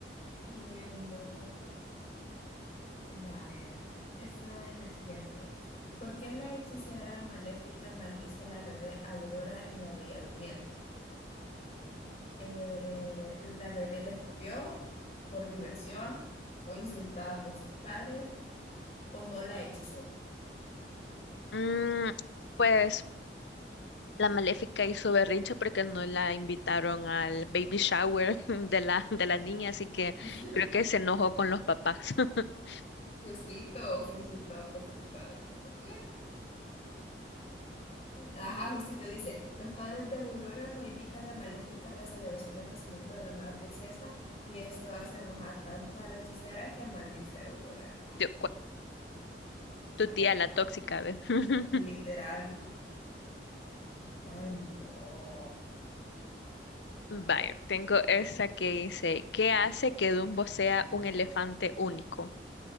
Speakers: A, on the left (about 35°); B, on the left (about 80°).
A: qué lindo. Vaya, esa es la siguiente. ¿Por qué la hechicera maléfica maldice a la bebé Aurora en La Bella Durmiente? Eh, ¿la bebé le escupió por diversión? ¿Fue insultada por sus padres o no la hechizó?
B: Mm, pues la Maléfica hizo berrinche porque no la invitaron al baby shower <laughs> de la, de la niña, así que
A: <laughs>
B: creo que se enojó con los papás. <laughs>
A: Justito, fue insultada por sus padres. Ok. Ajá, justito dice, los padres de Aurora nos invitan a Maléfica a la celebración del nacimiento de la nueva princesa y esto hace enojar tanto a la hechicera que maldice a Aurora.
B: Yo
A: No,
B: Tu
A: hombre,
B: tía la tóxica, ¿ves? <laughs>
A: literal. Ay, no.
B: Vaya, tengo esa que dice, ¿qué hace que Dumbo sea un elefante único?